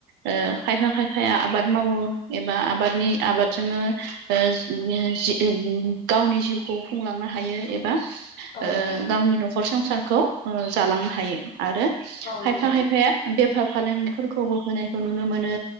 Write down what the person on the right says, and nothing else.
ओ खायफा खायफाया आबाद मावो एबा आबादनि आबादजोंनो ओ <unintelligible> गावनि जिउखौ खुंलांनो हायो एबा
ओ
गावनि न'खर संसारखौ ओ जालांनो हायो आरो
खायफा
खायफाया बेफार फालांगिफोरखौबो होनायखौ नुनो मोनो